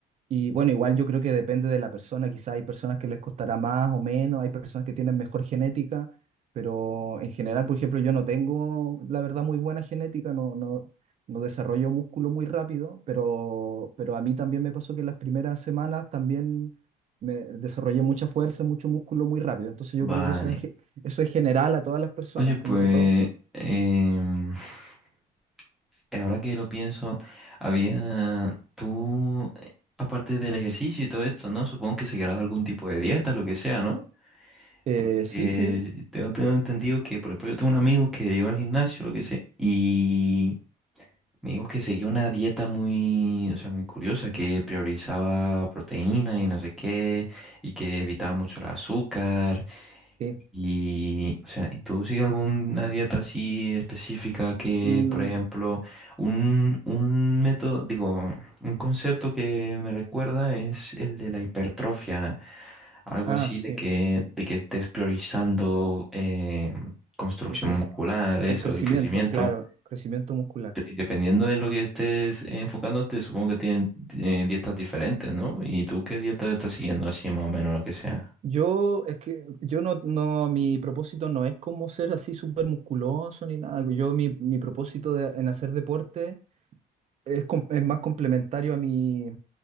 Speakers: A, on the right; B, in the centre.
A: Y bueno, igual yo creo que depende de la persona, quizá hay personas que les costará más o menos, hay personas que tienen mejor genética, pero en general, por ejemplo, yo no tengo, la verdad, muy buena genética, no, no, no desarrollo músculo muy rápido, pero, pero a mí también me pasó que en las primeras semanas también me desarrollé mucha fuerza, mucho músculo muy rápido, entonces yo
B: Vale.
A: creo que eso es, ge- eso es general a todas las personas,
B: Oye, pues,
A: como que todo.
B: em, <laughs> <sighs> ahora que lo pienso, había tú, eh, aparte del ejercicio y todo esto, ¿no? Supongo que seguirás algún tipo de dieta, lo que sea, ¿no?
A: Eh,
B: Porque
A: sí, sí,
B: tengo, tengo entendido que, por ejemplo, yo tengo un amigo que iba al gimnasio, lo que sea, y... Me dijo que seguía una dieta muy, o sea, muy curiosa, que priorizaba proteína y no sé qué, y que evitaba mucho el azúcar.
A: sí.
B: Y, o sea, ¿y ¿tú sigues alguna dieta así específica que,
A: Mm,
B: por ejemplo, un, un método, digo, un concepto que me recuerda es el de la hipertrofia, algo
A: ah,
B: así
A: sí,
B: de que, de que estés priorizando eh, construcción
A: el creci-
B: muscular, eso,
A: el crecimiento,
B: el crecimiento.
A: claro, crecimiento muscular.
B: Y Dependiendo de lo que estés enfocándote, supongo que tienen eh, dietas diferentes, ¿no? ¿Y tú qué dieta estás siguiendo así más o menos lo que sea?
A: Yo, es que yo no, no, mi propósito no es como ser así súper musculoso ni nada. Yo, mi, mi propósito de- en hacer deporte es, com- es más complementario a mi,